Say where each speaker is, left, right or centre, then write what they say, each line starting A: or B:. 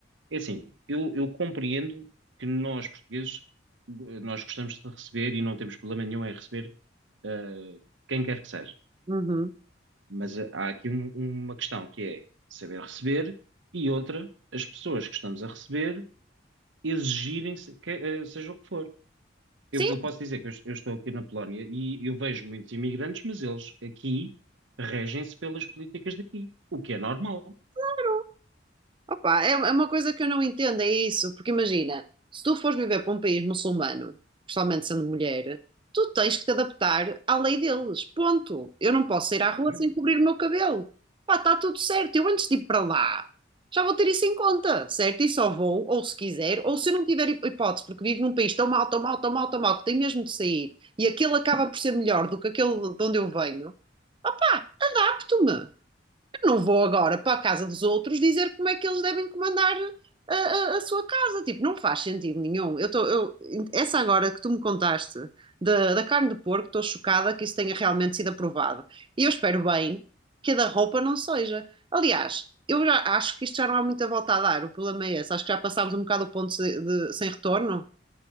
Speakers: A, on the right (about 80°); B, on the right (about 25°).
A: É assim, eu, eu compreendo que nós, portugueses, eh, nós gostamos de receber e não temos problema nenhum em receber eh, quem quer que seja.
B: uhum.
A: Mas eh, há aqui um- uma questão que é saber receber e outra, as pessoas que estamos a receber exigirem se- que- eh, seja o que for.
B: Sim,
A: Eu, eu posso dizer que eu, est- eu estou aqui na Polónia e eu vejo muitos imigrantes, mas eles aqui regem-se pelas políticas daqui, o que é normal.
B: claro. Opa, é é uma coisa que eu não entendo, é isso. Porque imagina, se tu fores viver para um país muçulmano, principalmente sendo mulher, tu tens que te adaptar à lei deles. Ponto. Eu não posso sair
A: Exatamente.
B: à rua sem cobrir o meu cabelo. Pá, está tudo certo. Eu antes de ir para lá, já vou ter isso em conta, certo? E só vou, ou se quiser, ou se eu não tiver hip- hipótese, porque vivo num país tão mal, tão mal, tão mal, tão mal, que tem mesmo de sair, e aquele acaba por ser melhor do que aquele de onde eu venho. Opá, adapto-me. Não vou agora para a casa dos outros dizer como é que eles devem comandar a, a- a sua casa. Tipo, não faz sentido nenhum. Eu tô, eu, essa agora que tu me contaste da, da carne de porco, estou chocada que isso tenha realmente sido aprovado. E eu espero bem que a da roupa não seja. Aliás, eu já acho que isto já não há muita volta a dar. O problema é esse. Acho que já passámos um bocado o ponto se- de- sem retorno.